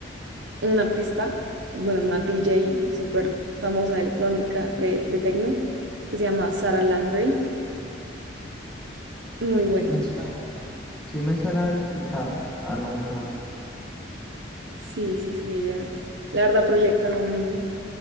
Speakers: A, on the right; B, in the centre.
A: un artista, bueno, una DJ súper famosa de electrónica, de, de techno, que se llama Sara Landry. Muy bueno.
B: Me suena. Sí me suena haberlo escuchado, a lo mejor.
A: Sí, sí, sí, ella, la verdad, proyecta un,